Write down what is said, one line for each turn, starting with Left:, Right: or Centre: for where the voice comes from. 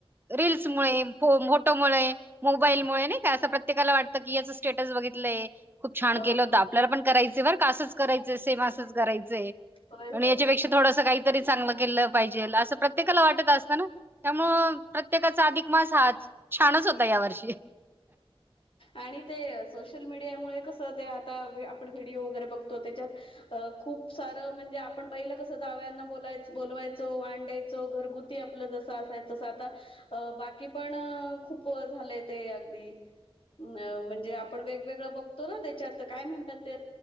Right: रीलल् मु फोटोमुळे मोबाईल मु नाही का अस प्रत्येकाला वाटतं की याच स्टेटस बघितलंय खूप छान
Left: हो
Right: केलं होतं... आपल्याला पण करायचय बर का.... असंच करायचय. सेम असंच करायचंय.
Left: होय
Right: आणि
Left: होय
Right: याच्यापेक्षा थोडस काहीतरी चांगलं केलं पाहिजे. असं प्रत्येकाला वाटत असतं ना. त्यामुळ प्रत्येकाचा अधिक मास हा छानच होता या वर्षी.
Left: आणि ते सोशल मीडियामुळे कसं ते आता आपण व्हिडीओ वगैरे बघत- त्याच्यात खूप सार म्हणजे आपण पहिलं कस जाव्यांना बोला-बोलवायचं. घरगुती आपलं जस असायाचं.. तस आता बाकी पण खूप झालं. ते अगदी. अ म्हणजे आपण वेगवेगळं बघतो ना... त्याच्यात काय म्हणतात ते